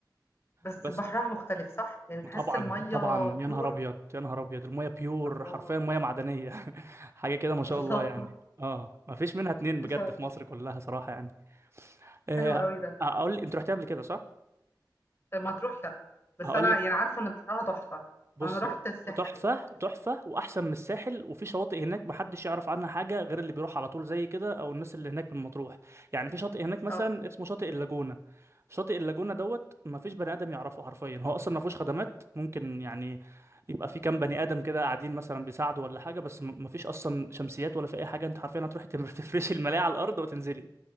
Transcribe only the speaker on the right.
بس
طبعا
طبعا
يا نهار ابيض يا نهار ابيض الميه بيور
حرفيا ميه معدنيه <laughs> حاجه كده ما شاء
الله يعني اه ما فيش منها اتنين
بجد
في مصر كلها صراحه يعني آه،
اقول انت رحتها قبل كده صح
هقول
لك
بصي
تحفة
تحفة
وأحسن من الساحل وفي شواطئ هناك محدش يعرف عنها حاجة غير اللي بيروح على طول زي كده أو الناس اللي هناك من مطروح يعني في شاطئ هناك مثلا
اسمه شاطئ اللاجونة شاطئ اللاجونة دوت مفيش بني آدم يعرفه حرفيا هو أصلا مفيهوش خدمات ممكن يعني يبقى في كام بني آدم كده قاعدين مثلا بيساعدوا ولا حاجة بس م- مفيش أصلا شمسيات ولا في أي حاجة أنت حرفيا هتروحي تم- <laughs> تفرشي الملاية على الأرض وتنزلي